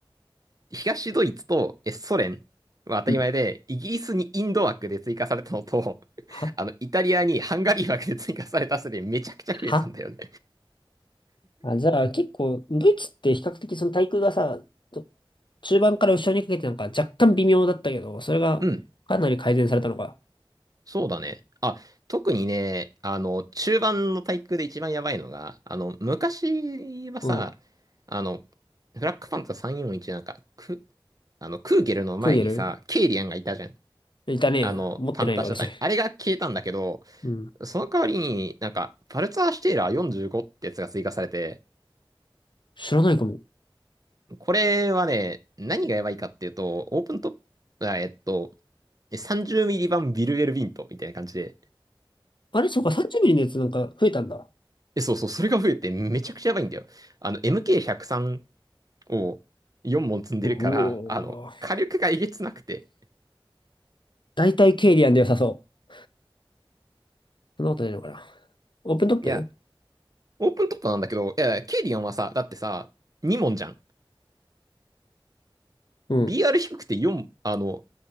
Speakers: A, on the right; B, on the left.
A: 東ドイツとえソ連は当たり前で、
B: うん。
A: イギリスにインド枠で追加されたのと、<laughs>
B: は
A: あの、イタリアにハンガリー枠で追加されたせいでめちゃくちゃ増えたんだよね。
B: はあ、じゃあ結構、ドイツって比較的その対空がさ、と中盤から後ろにかけてなんか若干微妙だったけど、それがかなり改善されたのか。
A: うん。そうだね。あ、特にね、あの、中盤の対空で一番やばいのが、あの、昔はさ、
B: うん。
A: あの、フラッグフパンツァー341なんか、ク、あの、クーゲルの前にさ、
B: クーゲル
A: ケイリアンがいたじゃん。
B: いたね。
A: あの、
B: 持ってないよ、
A: パンターシャタイあれが消えたんだけど、
B: 俺それ。うん。
A: その代わりになんか、パルツァーシュテイラー45ってやつが追加されて、
B: 知らないかも。
A: これはね、何がやばいかっていうと、オープントップ、あえっと、30ミリ版ビルウェルビントみたいな感じで、
B: あれ、そうか、30ミリのやつなんか増えたんだ。
A: え、そうそう、それが増えてめちゃくちゃやばいんだよ。あの、MK103 を4問積んでるから、
B: うおー
A: あの、火力がえげつなくて。
B: 大体ケイリアンで良さそう。そんなことないのかな。オープントップ
A: いや、オープントップなんだけど、いや、ケイリアンはさ、だってさ、2問じゃん。
B: うん。
A: BR 低くて4、あの、